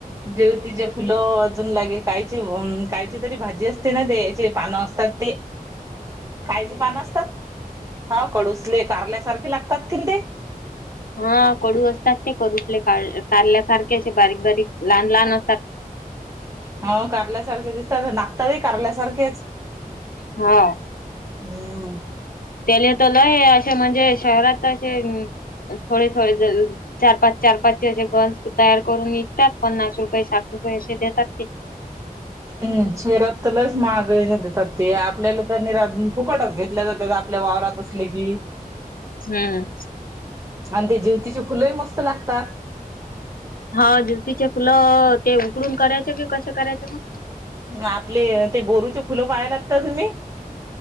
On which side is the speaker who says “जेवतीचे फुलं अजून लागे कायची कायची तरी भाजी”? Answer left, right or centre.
Right